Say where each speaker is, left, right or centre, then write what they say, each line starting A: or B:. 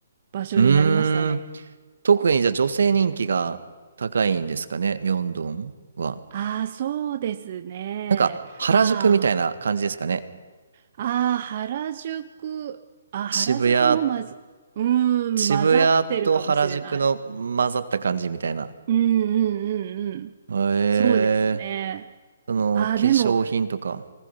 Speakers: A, on the right; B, on the right.
A: 場所になりましたね。
B: うーん。特にじゃあ女性人気が高いんですかね、ミョンドンは。
A: ああ、そうですね。
B: なんか原宿みたいな感じですかね。
A: ああ、ああ、原宿、あ、原宿もまず、
B: 渋谷、
A: うーん、
B: 渋谷と原宿の混ざった感じみたいな。
A: 混ざってるかもしれない。うんうんうんうん。
B: へえ、
A: そうですね。
B: その化粧品とか。
A: ああ、でも、